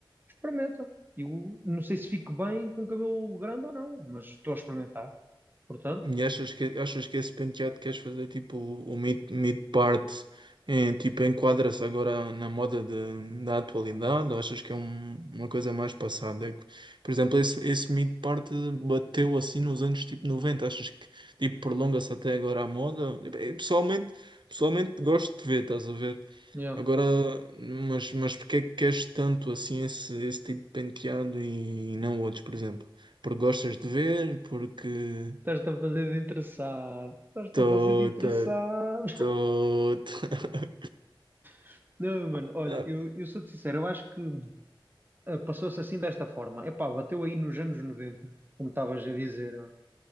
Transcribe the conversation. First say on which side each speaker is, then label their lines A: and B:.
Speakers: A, on the right (about 25°); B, on the right (about 60°).
A: experimenta. Eu não sei se fico bem com cabelo grande ou não, mas estou a experimentar. Portanto,
B: E achas que, achas que esse penteado queres fazer tipo o mid, mid-part em, tipo enquadra-se agora na moda de- da atualidade ou achas que é um- uma coisa mais passada? É que, Por exemplo, esse, esse mid-part bateu assim nos anos tipo 90 achas que tipo prolonga-se até agora a moda? Eh, Pessoalmente, pessoalmente gosto de ver, estás a ver?
A: yeah.
B: Agora, mas, mas porque é que queres tanto assim esse, esse tipo de penteado e não outros, por exemplo? Porque gostas de ver? Porque.
A: Estás-te a fazer de interessado. Estás-te
B: Tô,
A: a fazer de interessado.
B: tô, <laughs>
A: <laughs> Não, mano, olha,
B: Ah,
A: eu, eu sou-te sincero, eu acho que ah, passou-se assim desta forma. Epá, bateu aí nos anos 90, como estavas a dizer. ah.